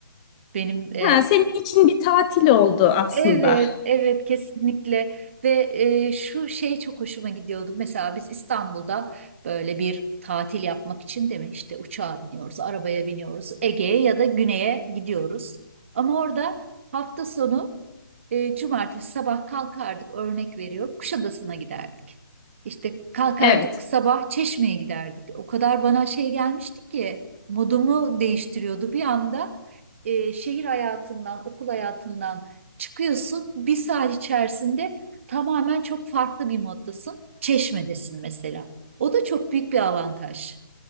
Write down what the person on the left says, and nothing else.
Ha, senin için bir tatil oldu aslında.
Evet.